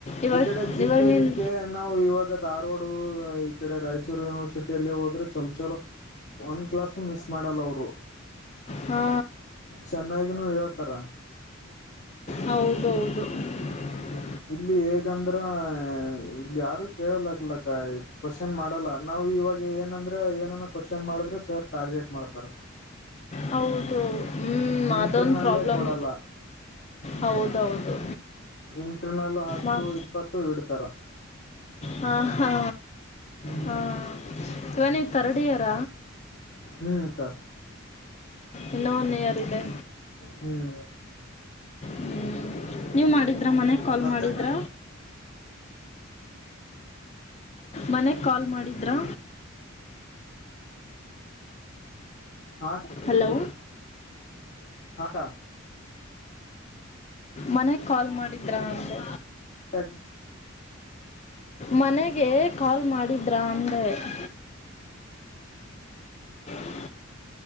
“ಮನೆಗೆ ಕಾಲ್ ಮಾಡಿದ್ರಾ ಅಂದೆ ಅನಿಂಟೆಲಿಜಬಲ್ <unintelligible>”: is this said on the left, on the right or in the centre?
Left